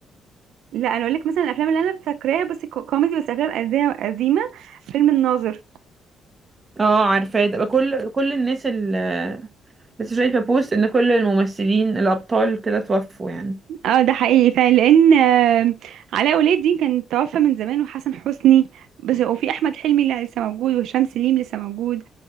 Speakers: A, on the right; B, on the right.
A: لا انا اقول لك مثلا الافلام اللي انا فاكراها بس كو- كوميدي بس افلام قديمه قديمة، فيلم الناظر
B: اه عارفاه ده كل كل الناس اللي لسه شايفة بوست ان كل الممثلين الابطال كده توفوا يعني
A: اه ده حقيقي فعلا لان آه، علاء ولي الدين كان توفى من زمان وحسن حسني بس وفي احمد حلمي اللي لسه موجود وهشام سليم لسه موجود